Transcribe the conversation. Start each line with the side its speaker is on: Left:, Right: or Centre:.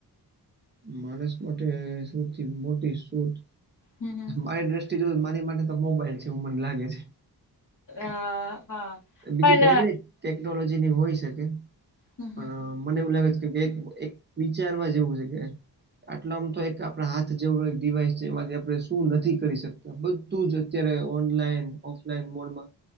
Right: માણસ માટે સૌથી મોટી સોટ
Left: હમ હમ.
Right: મારી દ્રષ્ટિ જો મારી માટે તો મોબાઈલ છે એવું મને લાગે છે.
Left: અ હા
Right: બીજી
Left: પણ
Right: ઘણી બધી ટેકનોલોજી ની હોય શકે.
Left: હમ્મ
Right: પણ અ, મને એવું લાગે છે, કે એક વિચારવા જેવુ છે, કે આટલો આમ તો એક આપણા હાથ જેવડો એક ડિવાઈસ છે એમાંથી આપણે શું નથી કરી શકતા બધું જ અત્યારે ઓનલાઈન ઓફલાઈન મોડમા